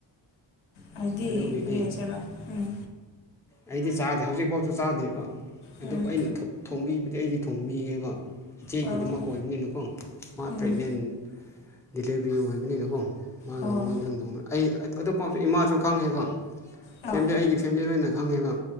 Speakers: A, on the left; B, in the centre.
A: ꯍꯥꯏꯗꯤ
B: ꯑꯗꯨꯒꯤꯅꯤ
A: ꯀ ꯍꯥꯏꯁꯔꯣ ꯎꯝ
B: ꯑꯩꯗꯤ ꯆꯥꯗꯦ ꯍꯧꯖꯤꯛꯐꯥꯎꯁꯨ ꯆꯥꯗꯦꯕ ꯑꯗꯨꯕꯨ
A: ꯎꯝ
B: ꯑꯩꯅ ꯊꯣꯡꯕꯤꯕꯗꯤ ꯑꯩꯗꯤ ꯊꯣꯡꯕꯤꯉꯦꯕ ꯏꯆꯦꯒꯤꯗꯃꯛ
A: ꯑꯣ
B: ꯑꯣꯏꯕꯅꯤꯅꯀꯣ ꯃꯥ
A: ꯎꯝ
B: ꯄ꯭ꯔꯦꯒꯅꯦꯟ ꯗꯤꯂꯤꯚꯔꯤ ꯑꯣꯏꯕꯅꯤꯅꯀꯣ ꯃꯥꯒꯤꯅꯤ
A: ꯑꯣ
B: ꯃꯥꯡꯗ ꯑꯗꯨꯝ ꯊ ꯑꯩ ꯑꯇꯣꯞꯄꯁꯨ ꯏꯃꯥꯁꯨ ꯈꯪꯉꯦꯕ
A: ꯑ
B: ꯐꯦꯂꯤ ꯑꯩꯒꯤ ꯐꯦꯂꯤ ꯂꯣꯏꯅ ꯐꯪꯉꯦꯕ